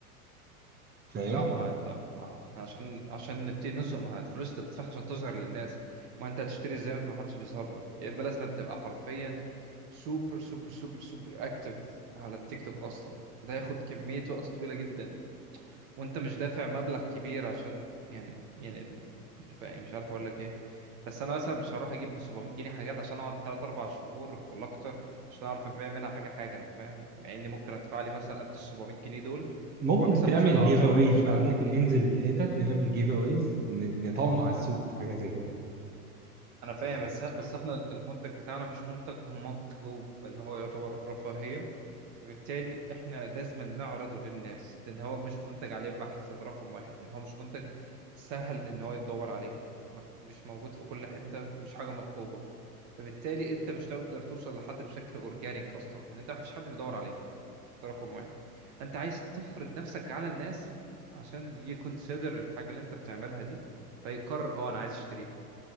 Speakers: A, on the right; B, on the right.
A: فاهم
B: لا ما هو انت ما احنا عشان عشان نبتدي نظهر ما هو الفلوس انت بتدفعها عشان تظهر للناس ما انت هتشتري ازاي ما انت ما حدش بيظهر لك يبقى لازم تبقى حرفيا سوبر سوبر سوبر سوبر اكتف على التيك توك اصلا فده هياخد كميه وقت طويله جدا وانت مش دافع مبلغ كبير عشان يعني يعني ال- انت فاهم مش عارف اقول لك ايه بس انا مثلا مش هروح اجيب ب 700 جنيه حاجات عشان اقعد 3 4 شهور ولا اكتر عشان اعرف ابيع منها حاجه حاجه انت فاهم مع اني ممكن ادفع لي مثلا قد ال 700 جنيه دول
A: ممكن
B: واكسب
A: تعمل
B: قصادها
A: جيف
B: 10
A: أويز
B: 15000
A: بقى ممكن
B: جنيه
A: ننزل الحتت نعمل جيف أويز نطمع السوق في حاجة زي كده
B: انا فاهم بس بس احنا المنتج بتاعنا مش منتج مطلوب بل هو يعتبر رفاهية فبالتالي احنا لازم نعرضه للناس لان هو مش منتج عليه بحث ده رقم واحد يعني هو مش منتج سهل ان هو يتدور عليه ما- مش موجود في كل حتة مش حاجة مطلوبة فبالتالي انت مش هتقدر توصل لحد بشكل اورجانيك اصلا لان انت مفيش حد بيدور عليك ده رقم واحد انت عايز تفرض نفسك على الناس عشان يكونسيدر الحاجة اللي انت بتعملها دي فيقرر اه انا عايز اشتريها